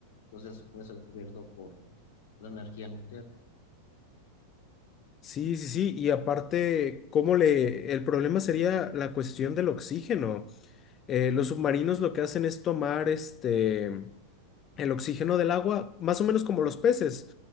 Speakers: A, on the left; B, on the left.
A: pues eso puede ser cubierto por la energía nuclear.
B: Sí, sí, sí. Y aparte, ¿cómo le... El problema sería la cuestión del oxígeno. Eh, los submarinos lo que hacen es tomar este el oxígeno del agua, más o menos como los peces,